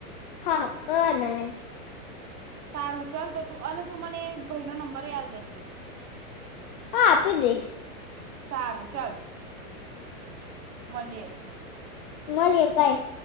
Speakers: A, on the left; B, on the right.
A: હા હા ક હને
B: સારું ચાલ તો તું અને તું મને ભાઈ નો નંબરયાલ દેજે
A: હા આપી દઈશ
B: સારું ચાલ મળીએ
A: મળએ બાય.